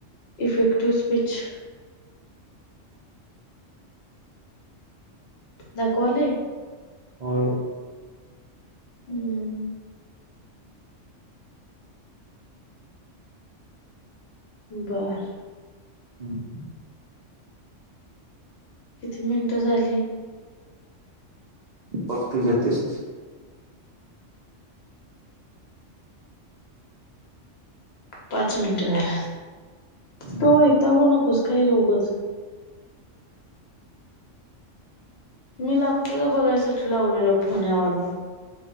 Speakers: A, on the left; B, on the right.
A: इफेक्टिव्ह स्पिच दाखवालंय.
B: होय.
A: हम्म बर
B: हम्म
A: किती मिनिटं झाली.
B: बघ तुझं तूच
A: पाच मिनटं झाला.
B: आता
A: तु हितं हो न कस काय रे उगंच मी लागतोय का बघायसाठी लावलेला फोन यावरनं